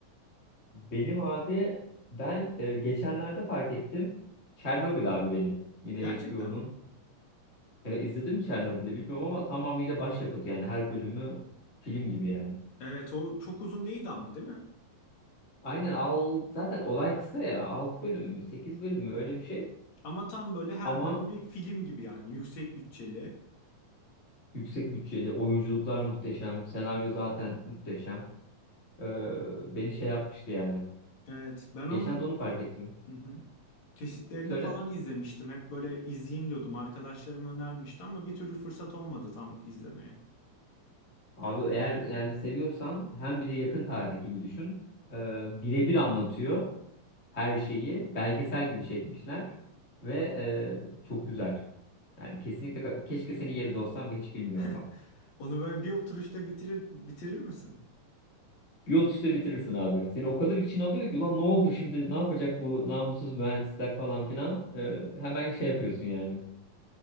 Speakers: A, on the left; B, on the left.
A: Benim abi ben e, geçenlerde fark ettim. Çernobil abi benim. Yine
B: Gerçekten
A: HBO'nun.
B: mi?
A: E, izledin mi Çernobil'i bilmiyorum ama tamamıyla başyapıt yani her bölümü film gibi yani.
B: Evet o çok uzun değildi ama değil mi?
A: Aynen al zaten olay kısa ya. altı bölüm mü, 8 bölüm mü öyle bir şey.
B: Ama tam böyle her
A: Ama
B: bölüm bir film gibi yani yüksek bütçeli.
A: yüksek bütçeli, oyunculuklar muhteşem, senaryo zaten muhteşem. E, beni şey yapmıştı yani.
B: Evet ben onun...
A: Geçen de onu fark ettim.
B: <laughs> Kesitlerini
A: Söyle.
B: falan izlemiştim. Hep böyle izleyeyim diyordum. Arkadaşlarım önermişti ama bir türlü fırsat olmadı tam izlemeye.
A: Abi eğer yani seviyorsan hem bir de yakın tarih gibi düşün. Ee, birebir anlatıyor her şeyi. Belgesel gibi çekmişler. Ve e, çok güzel. Yani kesinlikle ka- keşke senin yerinde olsam ve hiç bilmiyorsam.
B: <laughs> Onu böyle bir oturuşta bitirir bitirir misin?
A: Bir yol işte bitirirsin abi. Seni o kadar için alıyor ki ulan ne oldu şimdi ne yapacak bu namussuz mühendisler falan filan. Ee, hemen şey yapıyorsun yani.